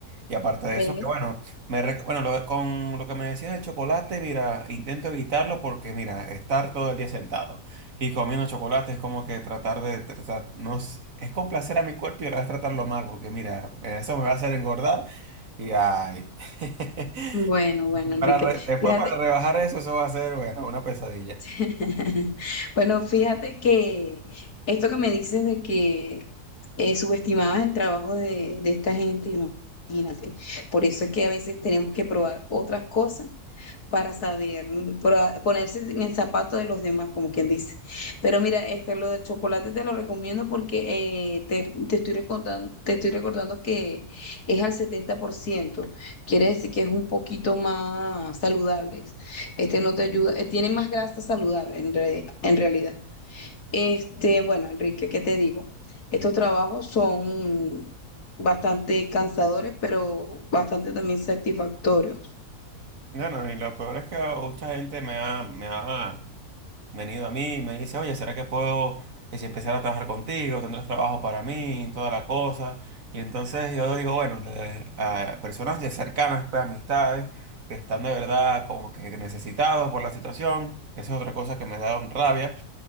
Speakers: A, on the right; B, on the left.
A: Y aparte de
B: ¿Ves?
A: eso, que bueno, me, rec- bueno, lo- con lo que me decías del chocolate, mira, intento evitarlo porque, mira, estar todo el día sentado y comiendo chocolate es como que tratar de, tratar, no, s- es complacer a mi cuerpo y ahora es tratarlo mal, porque mira, eso me va a hacer engordar y ay. <laughs>
B: Bueno, bueno, Enrique.
A: Para re- después
B: Fíjate,
A: para rebajar eso, eso va a ser, bueno, una pesadilla.
B: <laughs> Bueno, fíjate que esto que me dices de que eh, subestimabas el trabajo de, de esta gente, imagínate. Por eso es que a veces tenemos que probar otras cosas para saber, mm, proba- ponerse en el zapato de los demás, como quien dice. Pero mira, este, lo del chocolate te lo recomiendo porque eh, te, te estoy recordando, te estoy recordando que es al setenta por ciento, Quiere decir que es un poquito más saludable. Este no te ayuda, eh, tiene más grasa saludable en, re- en realidad. Este, bueno, Enrique, ¿qué te digo? Estos trabajos son bastante cansadores, pero bastante también satisfactorios.
A: Bueno, y lo peor es que mucha gente me ha, me ha venido a mí y me dice, oye, ¿será que puedo, que si empezar a trabajar contigo, tendrás trabajo para mí, toda la cosa? Y entonces yo digo, bueno, le- a personas ya cercanas, pues amistades, que están de verdad como que necesitados por la situación, eso es otra cosa que me da un rabia.